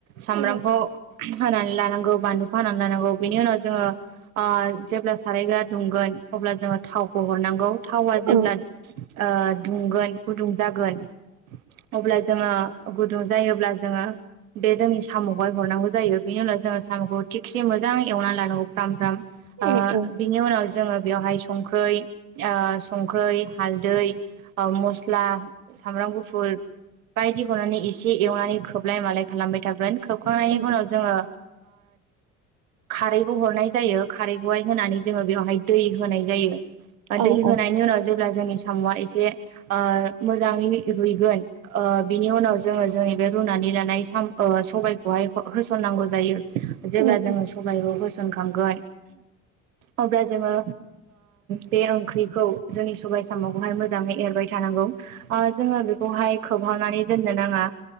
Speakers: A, on the right; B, on the right.
A: सामब्रामखौ
B: उम
A: हानानै लानांगौ बानलुखौ हानानै लानांगौ बेनि उनाव जोङो जेब्ला सारायगा दुंगोन अब्ला जोङो थावखौ हरनांगौ थावा जेब्ला
B: औ
A: गुदुंगोन गुदुं जागोन अब्ला जोङो गुदुं जायोब्ला जोङो बे जोंनि साम' बहाय हरनांगौ जायो बेनि उनाव जोङो साम'खौ थिखसे मोजां एवनानै लानांगौ फ्राम फ्राम
B: उम
A: आ
B: उम
A: बेनि उनाव जोङो बेवहाय संखै संख्रै हालदै मस्ला सामब्राम गुफुर बायदि हनानै एसे एवनानै खोबलाय मालाय खालामबाय थागोन हखांनायनि
B: उम
A: उनाव जोङो खारैखौ हरनाय जायो खारैखौहाय होनानै जोङो बेवहाय दै होनाय जायो। ओ
B: औ
A: दै होनायनि
B: औ
A: उनाव जेब्ला जोंनि साम'आ एसे ओ मोजाङै रुइगोन ओ बिनि उनाव जोङो जोंनि बे रुनानै लानाय साम- सबायखौहाय होसननांगौ जायो। जेब्ला
B: उम
A: जोङो सबायखौ होसनखांगोन अब्ला जोङो बे ओंख्रिखौ जोंनि सबाय सामावखौहाय मोजाङै एरबाय थानांगौ जोङो बेखौहाय खोबहावनानै दोननो नाङा